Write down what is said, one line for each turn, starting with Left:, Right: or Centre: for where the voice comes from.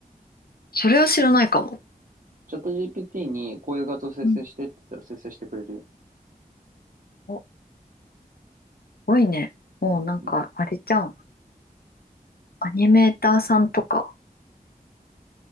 Left: それは知らないかも。
Right: チャット GPT にこういう画像生成してって言ったら生成してくれるよ。
Left: うん。おごいね。もうなんか、
Right: うん。
Left: あれじゃん。アニメーターさんとか、